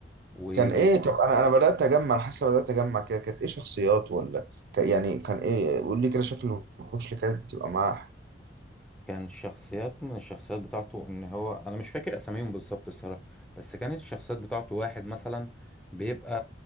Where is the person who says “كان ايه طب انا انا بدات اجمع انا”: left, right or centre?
Right